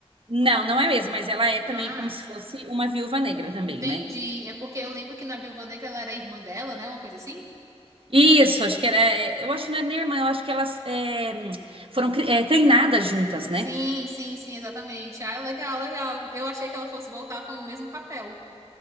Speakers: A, on the right (about 55°); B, on the right (about 25°).
A: Não, não é mesmo, mas ela é também
B: Ah,
A: como se fosse uma Viúva Negra também,
B: entendi.
A: né?
B: É porque eu lembro que na Viúva Negra ela era irmã dela, né? Uma coisa assim?
A: Isso, acho que era. é, Eu acho que não era nem irmã, eu acho que elas é, foram cri- é, treinadas juntas, né?
B: Sim, sim, sim, exatamente. Ah, legal, legal. Eu achei que ela fosse voltar com o mesmo papel.